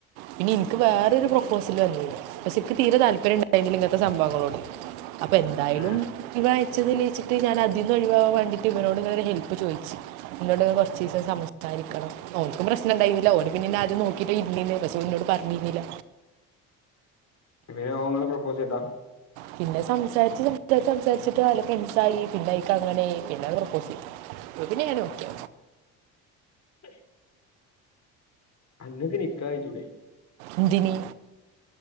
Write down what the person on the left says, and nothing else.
ആഹ്
പിന്നെ ഓൻ ഇങ്ങളെ പ്രൊപ്പോസ് ചെയ്താ
‌ അങ്ങക്ക് നിക്കാഹ് കയ്ചൂടെ